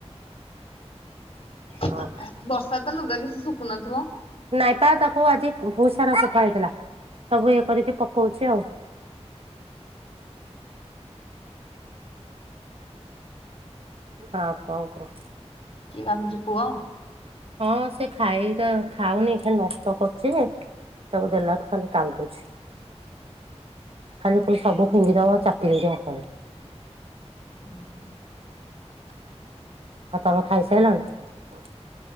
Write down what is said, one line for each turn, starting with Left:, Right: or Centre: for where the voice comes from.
Left: ଏ ଏଁହେ
Right: ହଁ
Left: ବର୍ଷା ତ ଲୁଗା କିଛି ଶୁଖୁନଥିବ?
Right: ନାଇଁ ପା ତାକୁ ଆଜି ବହୁତ ସାରା ସଫା ହେଇଥିଲା। ସବୁ ଇଏ କରିକି ପକଉଛି ଆଉ ଆଉ, କଣ କହ?
Left: କିଏ କାନ୍ଦୁଚି, ପୁଅ?
Right: ହଁ, ସେ ଖାଇଟା ଖାଉନି ଖାଲି ନଷ୍ଟ କରୁଛି। ଯେ ତାକୁ, ଦେଲାଠୁ ଖାଲି କାଢ଼ିଦଉଚି। ଖାଲି କହୁଚି ସବୁ ଫିଙ୍ଗିଦବ। ଚାପି ଦେବି ହାତାରେ
Left: <unintelligible>
Right: ହଁ ତମେ ଖାଇସାରିଲଣି।